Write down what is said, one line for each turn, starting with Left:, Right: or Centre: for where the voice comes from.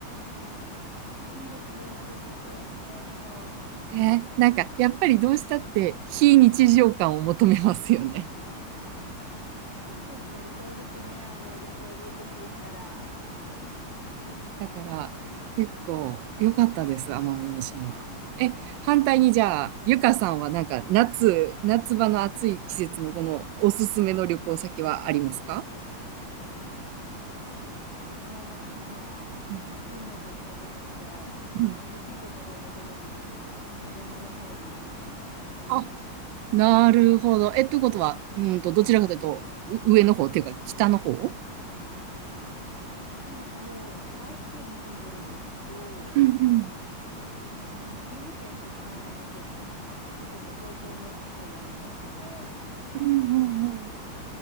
Left: あ、いいですね。波の音が聞こえるの。
Right: なね。なんか、やっぱりどうしたって、非日常感を求めますよね。
Left: 確かにそうですね。あの、旅行に行くと言ったら、
Right: だから結構良かったです、奄美大島は。え、反対にじゃあ、ゆかさんはなんか夏、夏場の暑い季節のこのおすすめの旅行先はありますか
Left: 私は夏は、
Right: うん
Left: 暑いのが苦手なので、
Right: うん
Left: 涼しいところを求めに、あの、山の方に行きますね。
Right: あ、なるほど。え、ということは、うーんと、どちらかというと、う上の方っていうか、北の方
Left: で、あの、私、愛知県に住んでるんですけど、
Right: うんうん
Left: あの、岐阜県とか長野県とかに行くと結構標高の高い山があって、
Right: うんうんうん